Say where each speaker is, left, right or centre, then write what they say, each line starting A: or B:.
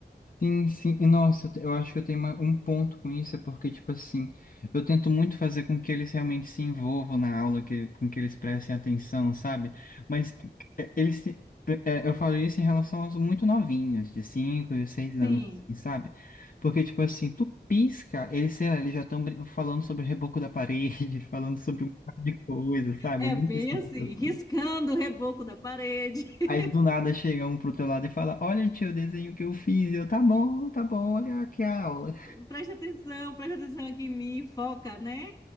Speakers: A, on the left; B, on the left.
A: Sim, sim. E, Nossa, eu te- eu acho que eu tenho uma- um ponto com isso, é porque, tipo assim, eu tento muito fazer com que eles realmente se envolvam na aula, que, com que eles prestem atenção, sabe? Mas é, eles, se- é, eu falo isso em relação aos muito novinhos, de 5 e 6 anos,
B: Sim,
A: assim, sabe? Porque, tipo assim, tu pisca, eles, sei lá, eles já estão falando sobre o reboco da parede, <laughs> falando sobre um monte de coisa, sabe?
B: é
A: É muito
B: bem
A: essa sensação.
B: assim, riscando o reboco da parede. <laughs>
A: Aí do nada chega um pro teu lado e fala: Olha, tio, o desenho que eu fiz. E Eu, tá bom, tá bom, olha aqui a aula.
B: Presta atenção, presta atenção aqui em mim, foca, né?